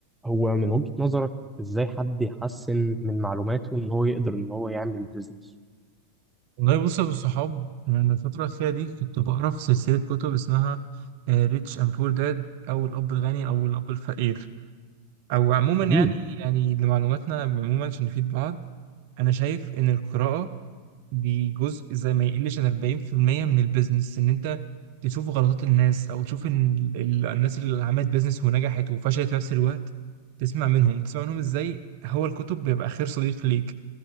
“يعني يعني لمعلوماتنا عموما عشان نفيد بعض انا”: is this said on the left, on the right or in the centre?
Right